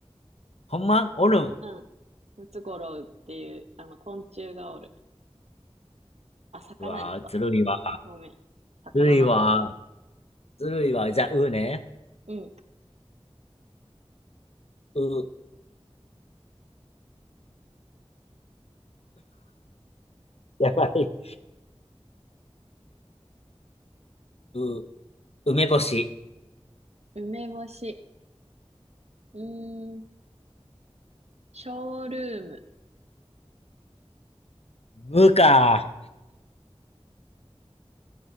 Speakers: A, on the left; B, on the right.
A: ほんまおるん。
B: うん、ムツゴロウっていう、あの、昆虫がおる。あ、魚やった。
A: うわー、ずるいわ。
B: ごめん。魚の名前。
A: ずるいわ。ずるいわ。じゃあ、うね。
B: うん。
A: う、やばい。う、梅干し。
B: 梅干し。うーん。ショールーム。
A: むか。